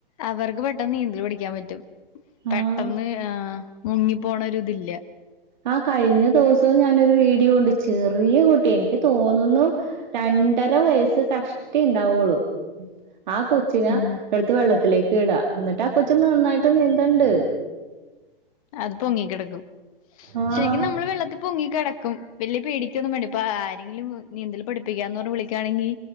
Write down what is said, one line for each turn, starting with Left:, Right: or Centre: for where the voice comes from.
Left: അവർക്ക് പെട്ടെന്ന് നീന്തല് പഠിക്കാൻ പറ്റും പെട്ടെന്ന്
Right: ആഹ്
Left: ആഹ് മുങ്ങി പോണ ഒര് ഇതില്ല
Right: ആഹ് കഴിഞ്ഞ ദവസോം ഞാനൊരു വീഡിയോ ഉണ്ട് ചെറിയ കുട്ടി എനിക്കി തോന്നുന്നു രണ്ടര വയസ്സ് കഷ്ട്ടി ഇണ്ടാവുള്ളു ആഹ് കൊച്ചിന
Left: ഉം
Right: എടുത്ത് വെള്ളത്തിലേക്ക് ഇടാ എന്നിട്ട് ആഹ് കൊച്ച് നന്നായിട്ട് നീന്തണ്ട്
Left: അത് പൊങ്ങിക്കിടക്കും
Right: ആഹ്
Left: ശരിക്കും നമ്മള് വെള്ളത്ത് പൊങ്ങി കടക്കും വലിയ പേടിക്കൊന്നും വേണ്ട പ്പൊ ആരെങ്കിലും നീന്തല് പഠിപ്പിക്കാന്ന് പറഞ് വിളിക്കയാണെങ്കി